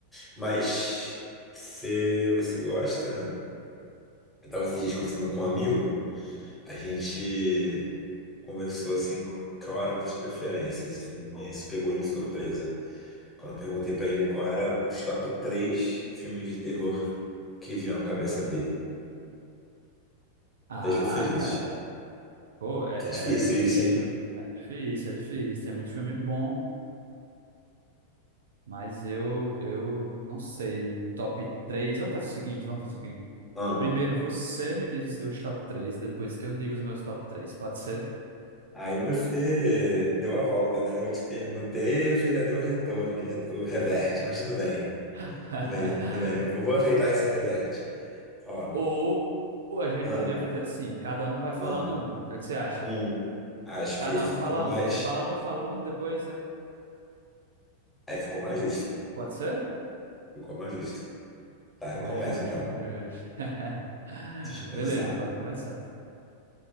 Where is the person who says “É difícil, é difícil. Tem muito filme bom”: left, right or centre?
Right